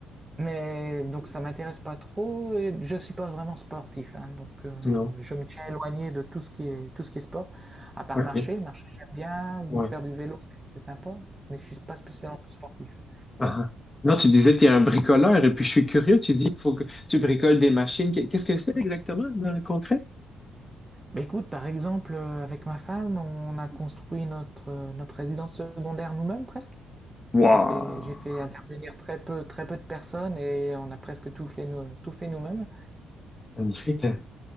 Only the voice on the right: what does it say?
Mais donc ça m'intéresse pas trop et je suis pas vraiment sportif, hein, donc euh,
je me tiens éloigné de tout ce qui est tout ce qui est sport, à part
marcher, marcher j'aime bien ou
faire du vélo, c'est c'est sympa, mais je suis pas spécialement sportif.
Bah écoute, par exemple, euh, avec ma femme, on a construit notre euh, notre résidence secondaire nous-mêmes presque.
J'ai fait j'ai fait intervenir très peu très peu de personnes et on a presque tout fait nous tout fait nous-mêmes.